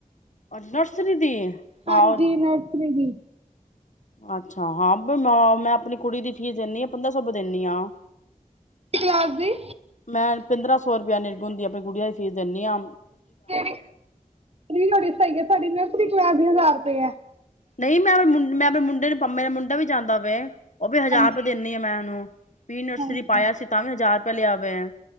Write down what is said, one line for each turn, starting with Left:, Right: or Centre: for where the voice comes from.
Left: ਅ ਨਰਸਰੀ ਦੀ ਹਾਂ
Right: ਹਾਂਜੀ, ਨਰਸਰੀ ਦੀ
Left: ਅੱਛਾ ਹਾਂ ਮੈਂ ਮੈਂ ਆਪਣੀ ਕੁੜੀ ਦੀ ਫੀਸ ਦਿੰਦੀ ਆ ਪੰਦਰਾਂ ਸੌ ਦਿੰਦੀ ਹਾਂ
Right: ਕਲਾਸ ਦੀ
Left: ਮੈਂ ਪੰਦਰਾਂ ਸੌ ਰੁਪਇਆ ਨਿਰਗ ਹੁੰਦੀ ਆਪਣੀ ਗੁੜੀੀਆਂ ਦੀ ਫਿਰ ਦਿੰਨੀ ਆਂ
Right: ਕਿਹੜੀ ਸਹੀ ਗ ਤੁਹਾਡੀ ਮੈਂ ਆਪਣੀ ਕ ਆ
Left: ਨਹੀਂ ਮੈਂ ਆਪਣੇ ਮੈਂ ਆਪਣੇ ਮੁੰਡੇ ਨੂੰੇਰਾ ਮੁੰਡਾ ਵੀ ਜਾਂਦਾ ਵਵੇ ਉਹ ਵੀ ਹਜ਼ਾਰ
Right: ਹਾਂਜੀ
Left: ਰੁਪਏ ਦਿੰਦੀ ਆ ਮੈਂ ਉਹਨੂੰ ਪ ਨਰਸਰੀ
Right: ਹਾਂਜੀ
Left: ਪਾਇਆ ਸੀ ਤਾਂ ਵੀ ਹਜ਼ਾਰ ਰੁਪਆ ਲਿਆਵੇ ਹੈ